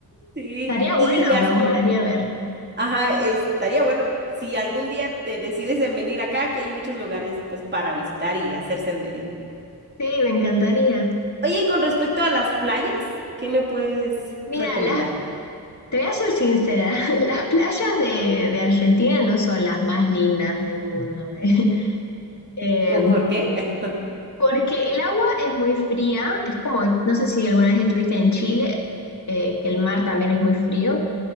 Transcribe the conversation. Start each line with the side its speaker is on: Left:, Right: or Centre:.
Right: Sí,
Left: estaría bueno,
Right: y ya,
Left: me gustaría ver.
Right: ajá, estaría bueno si algún día te decides en venir acá, que hay muchos lugares pues para visitar y hacer senderismo.
Left: Sí, me encantaría.
Right: Oye, y con respecto a las playas, ¿qué me puedes
Left: Mira,
Right: recomendar?
Left: las, te voy a ser sincera, <laughs> las playas de, de Argentina no son las más lindas del mundo, <laughs> eh,
Right: ¿Po- ¿Por, qué? <laughs>
Left: porque el agua es muy fría, es como, no sé si alguna vez estuviste en Chile, eh, que el mar también es muy frío.